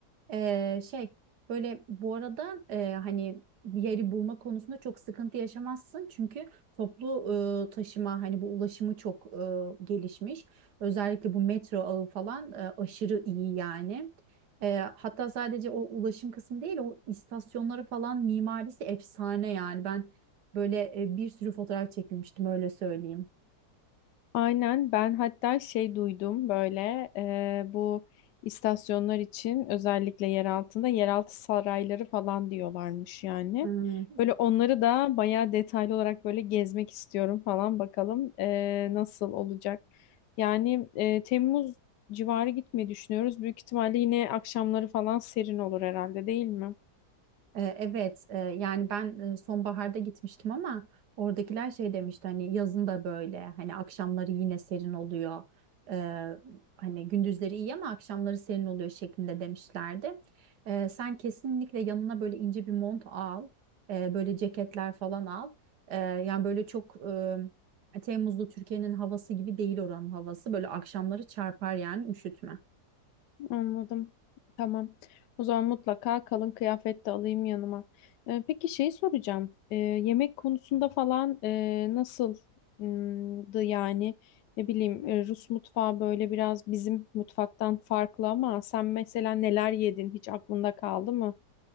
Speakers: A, on the right; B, on the left.
A: Ee, şey böyle bu arada e, hani bir yeri bulma konusunda çok sıkıntı yaşamazsın çünkü toplu e, taşıma hani bu ulaşımı çok e, gelişmiş. Özellikle bu metro ağı falan e, aşırı iyi yani. E, hatta sadece o ulaşım kısmı değil o istasyonları falan mimarisi efsane yani ben böyle e, bir sürü fotoğraf çekilmiştim öyle söyleyeyim.
B: Aynen ben hatta şey duydum böyle e, bu istasyonlar için özellikle yer altında yeraltı sarayları falan diyorlarmış yani.
A: Hmm.
B: Böyle onları da bayağı detaylı olarak böyle gezmek istiyorum falan bakalım e, nasıl olacak. Yani e, Temmuz civarı gitmeyi düşünüyoruz. Büyük ihtimalle yine akşamları falan serin olur herhalde değil mi?
A: Ee, Evet, e, yani ben e, sonbaharda gitmiştim ama oradakiler şey demişti hani yazın da böyle hani akşamları yine serin oluyor. Ee, hani gündüzleri iyi ama akşamları serin oluyor şeklinde demişlerdi. Ee, sen kesinlikle yanına böyle ince bir mont al, Ee, böyle ceketler falan al. Ee, yani böyle çok e, Temmuzlu Türkiye'nin havası gibi değil oranın havası. Böyle akşamları çarpar yani üşütme.
B: Anladım. Tamam. O zaman mutlaka kalın kıyafet de alayım yanıma. Ee, peki şey soracağım. Ee, yemek konusunda falan e, nasıldı yani? Ne bileyim e, Rus mutfağı böyle biraz bizim mutfaktan farklı ama sen mesela neler yedin hiç aklında kaldı mı?